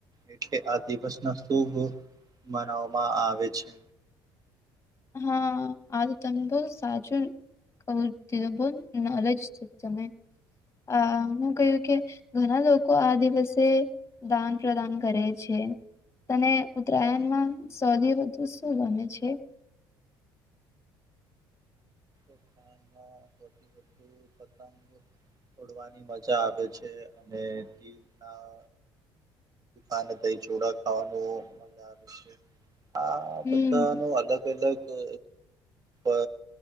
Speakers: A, on the right (about 35°); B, on the left (about 25°).
A: એટલે આ દિવસના ખુબ મનાવવામાં આવે છે.
B: હા આ તો તમ બહુ સાચું કહું કીધું બહ નોલેજ છે તમે. આ હું કહ્યું કે ઘણા લોકો આ દિવસે દાન પ્રદાન કરે છે. તને ઉત્તરાયણમાં સૌથી વધુ શું ગમે છે?
A: ઉતરાયણમાં સૌથી વધુ પતંગ ઓડવાની મજા આવે છે અને ટીમના અ <inaudible> ને દહીંચોડા ખાવાનું મજા આવે છે. આ
B: હમ.
A: બધાનું અલગ અલગ અ અ